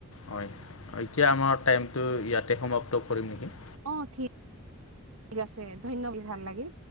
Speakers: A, on the left (about 65°); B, on the right (about 70°).
A: হয়, এতিয়া আমাৰ টাইমটো ইয়াতে সমাপ্ত কৰিম নেকি?
B: অ', ঠিক, আছে, ধন্যবাদ, <unintelligible> ভাল লাগিল।